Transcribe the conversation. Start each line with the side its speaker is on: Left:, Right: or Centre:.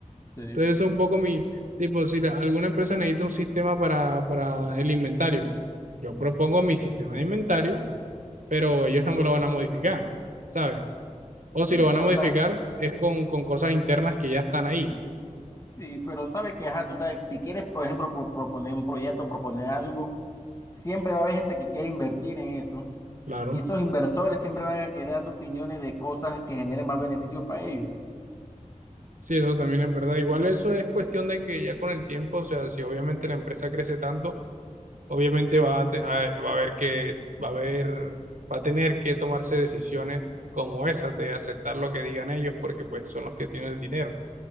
Left: sí.
Right: Entonces, eso es un poco mi, tipo, si la- alguna empresa necesita un sistema para, para el inventario, yo propongo mi sistema de inventario pero ellos no me lo van a modificar, ¿sabes? O si
Left: Sí,
Right: lo van
Left: pero,
Right: a modificar
Left: o sea,
Right: es con, con cosas internas que ya están ahí,
Left: Sí, pero sabe que, ajá, tú sabes, si quieres, por ejemplo, pro- proponer un proyecto, proponer algo, siempre va a haber gente que quiere invertir en eso.
Right: claro.
Left: Y esos inversores siempre van a querer dar tu opiniones de cosas que generen más beneficio para ellos.
Right: Sí, eso también es verdad. Igual eso es cuestión de que ya con el tiempo, o sea, si obviamente la empresa crece tanto, obviamente va a, te- a- va a haber que, va a haber, va a tener que tomarse decisiones como esas de aceptar lo que digan ellos porque pues son los que tienen el dinero.